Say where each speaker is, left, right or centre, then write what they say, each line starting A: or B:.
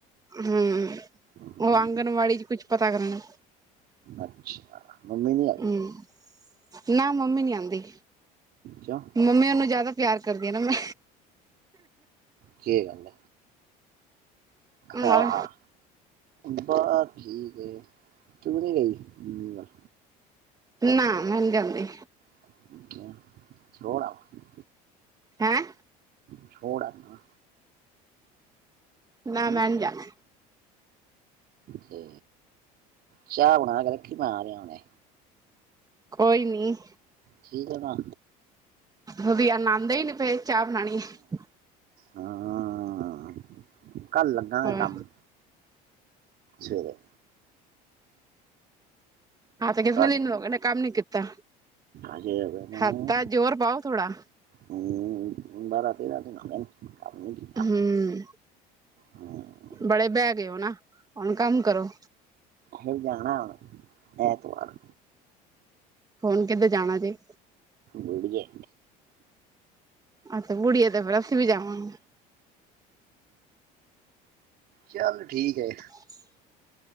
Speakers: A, on the right; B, on the right.
A: ਹਮ
B: ਹਾਂ,
A: ਉਹ ਆਂਗਣਵਾੜੀ ਚ ਕੁਛ ਪਤਾ ਕਰਨ।
B: ਅੱਛਾ ਮੰਮੀ ਨੀ ਆਈ।
A: ਹਮ ਨਾ ਮੰਮੀ ਨੀ ਆਉਂਦੀ
B: ਕਿਉਂ
A: ਮੰਮੀ ਨੂੰ ਜਿਆਦਾ ਪਿਆਰ ਕਰਦੀ ਹੈ ਨਾ ਮੈਂ
B: ਕੀ ਗੱਲ
A: ਮੈਂ
B: ਹੈ ਆਹ ਆ ਬਸ ਠੀਕ ਤੂੰ ਨੀ ਗਈ
A: ਨਾ ਮੈ ਨੀ ਜਾਂਦੀ।
B: <inaudible>
A: ਹੈਂ
B: ਛੋੜ ਅਨਾ
A: ਨਾ
B: ਹਮ
A: ਮੈਂ ਨੀ ਜਾਣਾ
B: ਤੇ ਚਾਹ ਬਣਾ ਕੇ ਰੱਖੀ ਮੈਂ ਆ ਰਿਹਾ ਹੁਣੇ
A: ਕੋਈ ਨੀ
B: ਠੀਕ ਏ ਨਾ
A: ਵਧੀਆ ਆਉਂਦੇ ਹੀ ਨੀ ਪਏ ਚਾਹ ਬਣਾਉਣੀ ਹੈ।
B: ਹਮ ਕੱਲ ਲੱਗਾ
A: ਹੈ
B: ਗੇ ਕੰਮ ਸਵੇਰੇ
A: ਹਾਂ ਕਿੰਨੇ
B: ਘਰ
A: ਦਿਨ ਹੋਗੇ ਨੇ ਕੰਮ ਨੀ ਕੀਤਾ
B: ਹਜੇ ਹੋ ਗਏ ਨੇ
A: ਹਫਤਾ ਜ਼ੋਰ ਪਾਓ ਥੋੜਾ
B: ਹਮ ਬਾਰਾਂ ਤੇਰਾ ਦਿਨ ਕੰਮ ਨੀ ਕੀਤਾ
A: ਹਮ
B: ਹਮ
A: ਬੜੇ ਬਹਿ ਗਏ ਹੋ ਨਾ ਹੁਣ ਕੰਮ ਕਰੋ।
B: ਹੇ ਜਾਣਾ ਹੁਣ ਐਤਵਾਰ
A: ਹੁਣ ਕਿਤੇ ਜਾਣਾ ਜੇ
B: ਵਧੀਆ
A: ਅੱਛਾ ਬੁੜੀਏ ਤੇ ਫੇਰ ਅਸੀਂ ਵੀ ਜਾਵਾਂਗੇ
B: ਚੱਲ ਠੀਕ ਏ
A: <inaudible>